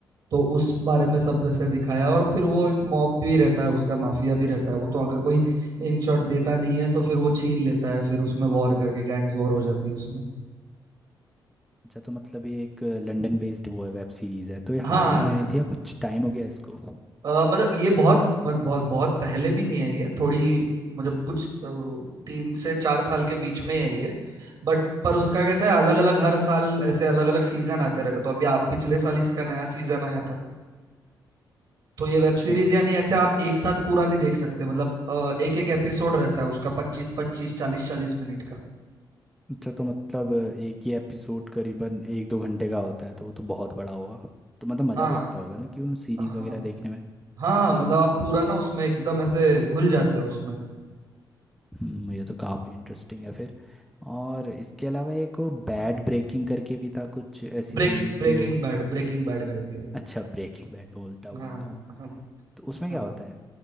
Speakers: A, on the right (about 55°); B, in the centre.
A: तो उस बारे में सब ऐसे दिखाया और फिर वो एक मॉब भी रहता है उसका माफिया भी रहता है वो तो अगर कोई इन शॉट देता नहीं है तो फिर वो छीन लेता है फिर उसमें वॉर करके गैंग्स वॉर हो जाती है उसमें
B: अच्छा तो मतलब ये एक लंदन बेस्ड वो है वेब सीरीज है तो ये
A: हाँ
B: हाल ही
A: लंदन
B: में आई थी या कुछ टाइम हो गया इसको
A: अ, मतलब ये बहुत मत- बहुत बहुत पहले भी नहीं आई है थोड़ी मतलब कुछ अ, तीन से चार साल के बीच में आई है बट पर उसका कैसा है अलग अलग हर साल ऐसे अलग अलग सीजन आते रहते तो अभी आप पिछले साल इसका नया सीजन आया था तो ये वेब
B: अच्छा
A: सीरीज यानी ऐसे आप एक साथ पूरा नहीं देख सकते मतलब एक एक एपिसोड रहता है उसका पच्चीस पच्चीस चालीस चालीस मिनट का
B: अच्छा तो मतलब एक ही एपिसोड करीबन एक दो घंटे का होता है तो वो तो बहुत बड़ा हुआ तो मतलब मज़ा
A: हाँ
B: भी आता होगा ना क्यों सीरीज
A: हाँ
B: वगैरह देखने में
A: हाँ मतलब आप पूरा ना उसमें एकदम ऐसे घुल जाते हो उसमें
B: हम्म, ये तो काफ़ी इंटरेस्टिंग है फिर और इसके अलावा एक वो बैड ब्रेकिंग करके भी था कुछ ऐसी
A: Break
B: सीरीज
A: Breaking
B: थी वो
A: Bad Breaking Bad करके है।
B: अच्छा ब्रेकिंग बैड बोलता बोल
A: हाँ हाँ
B: रहा हूँ
A: हाँ
B: तो उसमें
A: हाँ।
B: क्या होता है